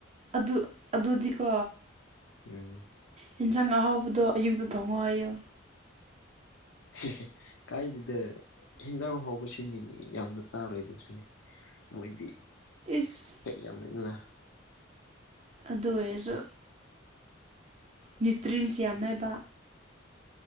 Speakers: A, on the right (about 30°); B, on the left (about 75°).
A: ꯑꯗꯨ ꯑꯗꯨꯗꯤꯀꯣ
B: ꯎꯝ
A: ꯌꯦꯟꯁꯥꯡ ꯑꯍꯥꯎꯕꯗꯣ ꯑꯌꯨꯛꯇ ꯊꯣꯡꯉꯣ ꯍꯥꯏꯌꯨ
B: ꯍꯦ ꯍꯦ ꯀꯥꯏꯗꯤꯗ ꯍꯦꯟꯖꯥꯡ ꯍꯥꯎꯕꯁꯤ ꯁꯤꯅꯤꯅꯤ ꯌꯥꯝꯅ ꯆꯥꯔꯣꯏꯗꯕꯁꯤꯅꯤ ꯃꯣꯏꯗꯤ
A: ꯏꯁ
B: ꯌꯥꯃꯟꯗꯅ
A: ꯑꯗꯨ ꯑꯣꯏꯔꯖꯨ ꯅ꯭ꯌꯨꯇ꯭ꯔꯤꯟꯁ ꯌꯥꯝꯃꯦꯕ